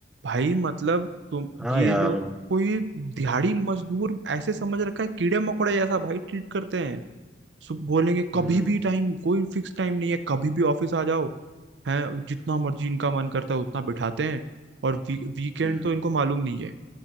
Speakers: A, on the right (about 80°); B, in the centre.
A: भाई मतलब तुम
B: हाँ
A: ये
B: यार
A: लोग कोई दिहाड़ी मजदूर ऐसे समझ रखा है कीड़े मकोड़े जैसा भाई ट्रीट करते हैं सु- बोलेंगे कभी
B: हम्म
A: भी टाइम कोई फिक्स टाइम नहीं है कभी भी ऑफिस आ जाओ हैं जितना मर्जी इनका मन करता है उतना बिठाते हैं और वी, वीकेंड
B: हम्म
A: तो इनको मालूम नहीं है